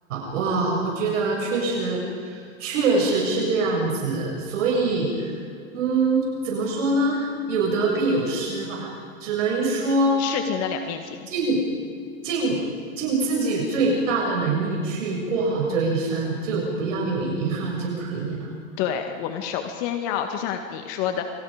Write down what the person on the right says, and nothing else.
哇，我觉得确实，确实是这样子，所以，嗯，怎么说呢？有得必有失吧，只能说
尽尽尽自己最大的能力去过好这一生，就不要留遗憾就可以了，